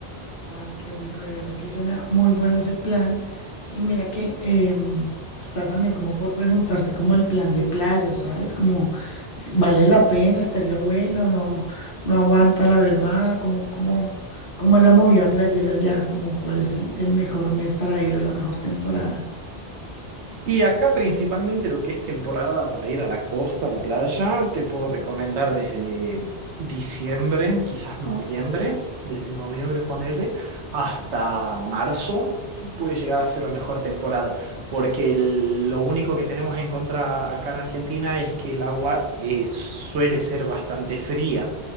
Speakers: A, on the left; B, on the right.
A: Ay, qué rico, de verdad que suena muy bueno ese plan. Y mira que em, está también como por preguntarte como el plan de playa, ¿sabes? Como vale la pena, estaría buena o no, no aguanta la verdad, como, como, como es la movida playera ya, como cuál es el, el mejor mes para ir o la mejor temporada.
B: Y acá principalmente lo que es temporada para ir a la costa, a la playa, te puedo recomendar desde diciembre, quizás noviembre, desde noviembre ponele, hasta marzo puede llegar a ser la mejor temporada, porque el- lo único que tenemos en contra acá en Argentina es que el agua eh, suele ser bastante fría.